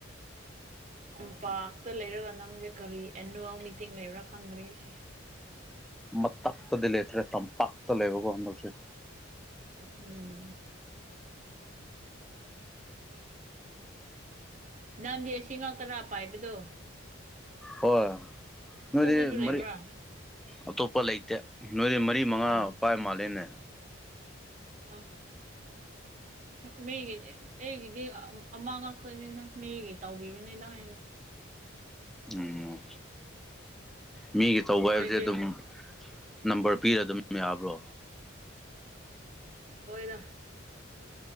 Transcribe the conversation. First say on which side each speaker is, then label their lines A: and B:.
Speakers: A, on the right; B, in the centre.
A: ꯏꯝꯄꯥꯛꯇ ꯂꯩꯔꯒ ꯅꯪꯁꯦ ꯀꯔꯤ ꯑꯦꯅꯨꯋꯦꯜ ꯃꯤꯇꯤꯡ ꯂꯩꯕ꯭ꯔꯥ ꯈꯪꯗ꯭ꯔꯦ ꯑꯩꯁꯦ
B: ꯃꯇꯛꯇꯗꯤ ꯂꯩꯇ꯭ꯔꯦ ꯇꯝꯄꯥꯛꯇ ꯂꯩꯕꯒꯣ ꯍꯟꯗꯣꯛꯁꯦ
A: ꯎꯝ ꯅꯍꯪꯗꯤ ꯑꯁꯤ ꯑꯁꯤ ꯉꯥꯛ ꯇꯔꯥ ꯄꯥꯏꯕꯗꯣ
B: ꯍꯣꯏ ꯅꯣꯏꯗꯤ
A: ꯑꯇꯣꯞꯄꯁꯨ
B: ꯃ
A: ꯂꯩꯕ꯭ꯔꯥ
B: ꯑꯇꯣꯞꯄ ꯂꯩꯇꯦ ꯅꯣꯏꯗꯤ ꯃꯔꯤ ꯃꯉꯥ
A: ꯑꯣ
B: ꯄꯥꯏ ꯃꯥꯜꯂꯦꯅꯦ
A: ꯑ ꯃꯦꯒꯤ ꯑꯩꯒꯤꯗꯤ ꯑꯃꯥꯡ ꯉꯥꯛꯄꯅꯤꯅ ꯃꯤꯒꯤ ꯇꯧꯕꯤꯕꯅꯤꯗ ꯍꯥꯏꯅ
B: ꯎꯝ ꯃꯤꯒꯤ ꯇꯧꯕ
A: ꯃꯣꯏꯁꯦ
B: ꯍꯥꯏꯕꯁꯦ ꯑꯗꯨꯝ ꯅꯝꯕꯔ ꯄꯤꯔ ꯑꯗꯨꯝ ꯌꯥꯕ꯭ꯔꯣ
A: ꯑꯣꯏꯣꯏꯗ